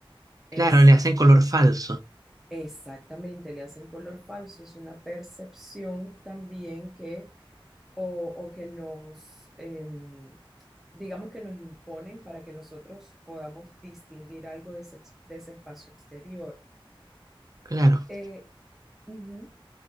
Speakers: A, on the right; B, in the centre.
A: Claro,
B: Es
A: le hacen color falso.
B: Exactamente, le hacen color falso. Es una percepción también que, o, o que nos, em, digamos que nos imponen para que nosotros podamos distinguir algo de ese, ex- de ese espacio exterior.
A: Claro.
B: Eh, ujú,